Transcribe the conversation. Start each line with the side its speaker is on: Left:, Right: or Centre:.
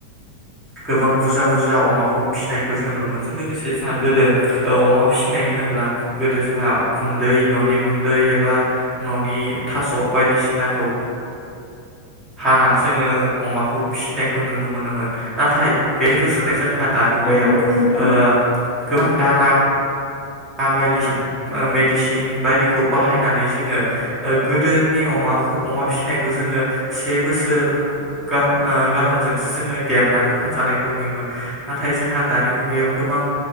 Right: गोबां बुरजा बुरजा अमाखौ फिसिनायखौ जोंङो नुनो मोनो बेजों लोगोसे जोंहा गोदो अमा फिसिनाय होनोब्ला गोदो जोंहा गुन्दै न'नि गुन्दै एबा न'नि थास' बायदिसिनाखौ हानानै जोङो अमाखौ फिसिनायखौ नुनो मोनो नाथाय बे रुजुनायजों जोंहा दानि मुगायाव
Left: औ नंगौ
Right: ओ
Left: नोंथां
Right: गोबां दाना मा बायदिसि मेडिसिन बायदिखौ बाहायनानै जोङो ओ गोदोनि अमाखौ अमा फिसिनायखौ जोङो से बोसोर गाहाय ओ गाहामजोंसो जोङो देरनानै फानजानायखौ नुयोमोन नाथाय जोंहा दानि मुगायाव गोबां